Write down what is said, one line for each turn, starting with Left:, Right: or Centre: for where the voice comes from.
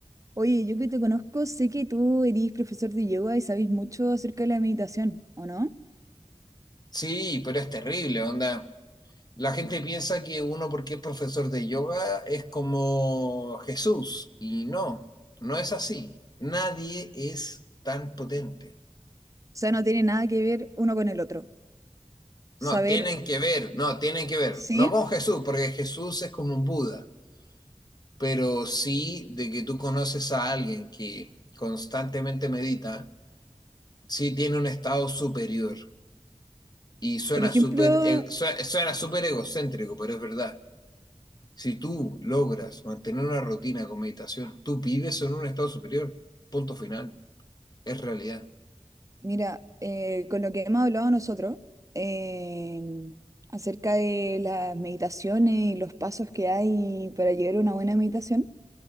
Right: Oye, yo que te conozco, sé que tú eres profesor de yoga y sabes mucho acerca de la meditación, ¿o no? O
Left: Sí, pero es terrible, onda. La gente piensa que uno porque es profesor de yoga es como Jesús, y no, no es así. Nadie es tan potente.
Right: sea, no tiene nada que ver uno con el otro. Saber,
Left: No, tienen que ver, no, tienen que ver.
Right: sí,
Left: No con Jesús, porque Jesús es como un Buda. pero sí de que tú conoces a alguien que constantemente medita, sí tiene un estado superior. Y suena
Right: por ejemplo,
Left: súper e- sue- suena súper egocéntrico, pero es verdad. Si tú logras mantener una rutina con meditación, tú vives en un estado superior. Punto final. Es realidad.
Right: mira, eh, con lo que hemos hablado nosotros eh, acerca de las meditaciones y los pasos que hay para llegar a una buena meditación,